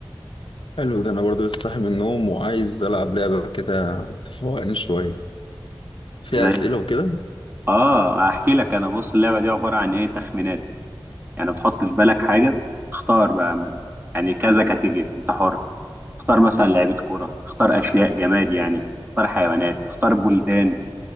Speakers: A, on the left; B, on the right.
A: حلو ده انا برضه لسه صاحي من النوم وعايز العب لعبه كده تفوقني شويه فيها
B: زي
A: اسئله وكده
B: اه احكي لك انا بص اللعبه دي عباره عن ايه تخمينات يعني بتحط في بالك حاجه اختار بقى م- يعني كذا كاتيجوري انت حر اختار مثلا لعيبه كوره اختار اشياء جماد يعني اختار حيوانات اختار بلدان